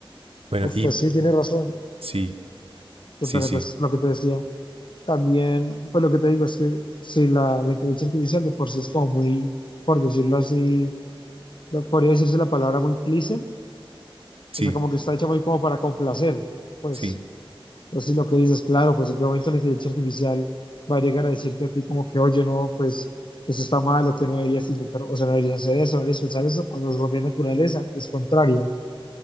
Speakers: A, on the right (about 80°); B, on the left (about 55°).
A: Bueno,
B: Uf,
A: y
B: pues sí, tienes razón.
A: sí,
B: Que,
A: sí,
B: Pero
A: sí,
B: pues lo que te decía, también pues lo que te digo es que si la, la inteligencia artificial de por sí es como muy, por decirlo así, lo- podría decirse la palabra muy cliché,
A: sí,
B: o sea como que está hecha muy como para complacer, pues
A: sí.
B: Pues sí, lo que dices, claro, pues en qué momento la inteligencia artificial va a llegar a decirte a ti como que, oye, no, pues eso está mal o que no deberías intentar, o sea, no deberías hacer eso, no deberías pensar eso, cuando es propia naturaleza, es contrario.